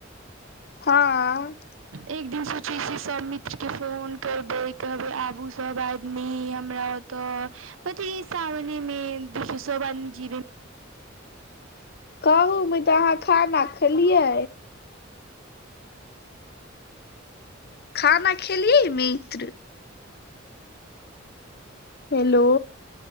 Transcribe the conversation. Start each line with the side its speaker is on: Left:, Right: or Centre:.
Left: हँ।
Right: एक दिन सोचै छीयोश्र सभ मित्रके फोन करबै कहबै आबू सब आदमी हमरा‌ओत्- तऽ बकी ई सामने मे सब आदमी जीब।
Left: कहू मिताऽ अहाँ खाना खेलियै? खाना खेलियै मित्र? हेलो।